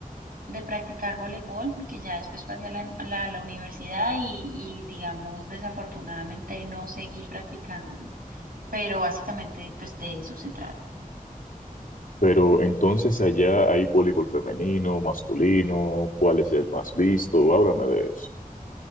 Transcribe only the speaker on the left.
Pero entonces allá hay voleibol femenino, masculino, ¿cuál es el más visto? Háblame de eso.